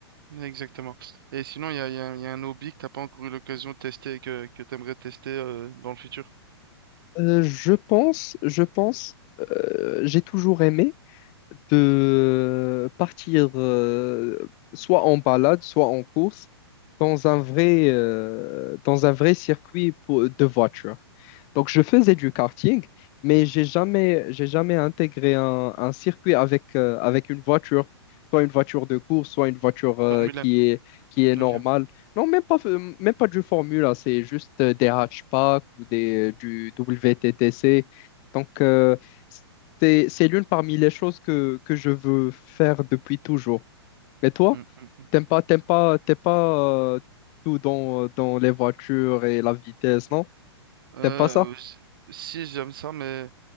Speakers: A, on the right; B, on the left.
A: exactement. Et sinon, il y a, il y a un il y a un hobby que t'as pas encore eu l'occasion de tester et que, que t'aimerais tester euh, dans le futur?
B: Euh, je pense, je pense, euh, j'ai toujours aimé. de partir euh, soit en balade, soit en course dans un vrai, euh, dans un vrai circuit pour- de voiture. Donc, je faisais du karting, mais j'ai jamais, j'ai jamais intégré un, un circuit avec, euh, avec une voiture, soit une voiture de course, soit une voiture euh,
A: Formule
B: qui
A: 1.
B: est, qui est normale.
A: Ok.
B: Non, même pas, même pas du Formule, A, c'est juste euh, des hatchbacks ou des, du WTTC. Donc, euh, c'est, c'est l'une parmi les choses que, que je veux faire depuis toujours. Et toi,
A: Hmm, hmm.
B: t'aimes pas, t'aimes pas, t'aimes pas euh, tout dans, dans les voitures et la vitesse, non?
A: Euh,
B: T'aimes pas ça?
A: s- si j'aime ça, mais